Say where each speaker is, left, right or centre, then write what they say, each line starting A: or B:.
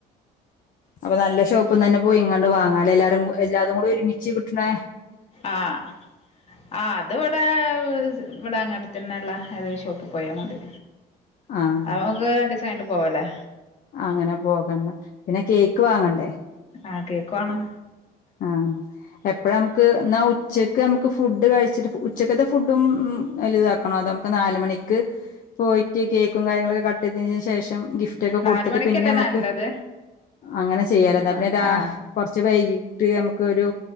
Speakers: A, on the left; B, on the left.
A: അപ്പൊ നല്ല ഷോപ്പ്ന്നന്നെ പോയിങ്ങാണ്ട് വാങ്ങാല്ലെ എല്ലാരും എല്ലാതും കൂടി ഒരുമിച്ച് കിട്ട്ണെ
B: ആഹ് ആഹ് അത് ഇവിടേ ഇവിടെ അങ്ങാടി തന്നെ ഇള്ളെ ഏതേം ഷോപ്പ് പോയാ മതി
A: <inaudible> ആഹ്
B: അപ്പോ നമ്മക്ക് രണ്ടീസം കഴിഞ്ഞിട്ട് പോവല്ലേ
A: അങ്ങനെ പോകന്നാ പിന്നെ കേക്ക് വാങ്ങണ്ടേ
B: ആഹ് കേക്ക് വാണം
A: ആഹ് എപ്പോഴ നമുക്ക് എന്നാ ഉച്ചക്ക് നമുക്ക് ഫുഡ് കഴിച്ചിട്ട് ഉച്ചക്കത്തെ ഫുഡും ഉം അയില് ഇതാക്കണോ അതൊ നാലുമണിക്ക് പോയിട്ട് കേക്കും കാര്യങ്ങളൊക്കെ കട്ട് ചെയ്തതിന് ശേഷം ഗിഫ്റ്റ് ഒക്കെ കൊടുത്തിട്ട്
B: നാല് മണിക്കല്ലേ
A: പിന്നെ നമ്മക്ക്
B: നല്ലത്
A: അങ്ങനെ ചെയ്യലേ ന്നാ
B: ആഹ്
A: പിന്നെ രാ
B: ആഹ്
A: കൊറച്ച് വൈകിട്ട് നമുക്ക് ഒരു